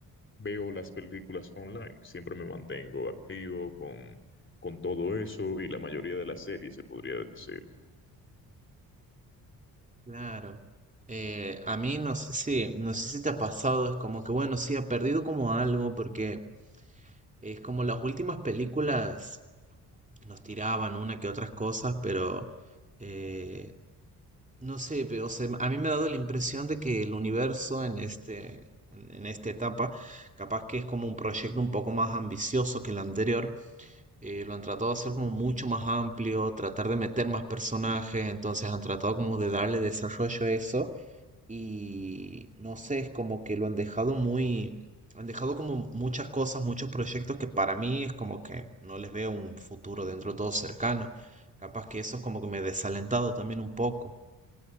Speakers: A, on the left; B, on the right.
A: veo las películas online. Siempre me mantengo activo con, con todo eso y la mayoría de las series, se podría decir.
B: Claro. Eh, a mí no sé si, no sé si te ha pasado, es como que bueno, sí, ha perdido como algo, porque es como las últimas películas nos tiraban una que otras cosas, pero eh, no sé, pero o sea, a mí me ha dado la impresión de que el universo en este, en en esta etapa, capaz que es como un proyecto un poco más ambicioso que el anterior eh, lo han tratado de hacer como mucho más amplio, tratar de meter más personajes, entonces han tratado como de darle desarrollo a eso y no sé, es como que lo han dejado muy, han dejado como muchas cosas, muchos proyectos que para mí es como que no les veo un futuro dentro de todo cercano. Capaz que eso es como que me he desalentado también un poco.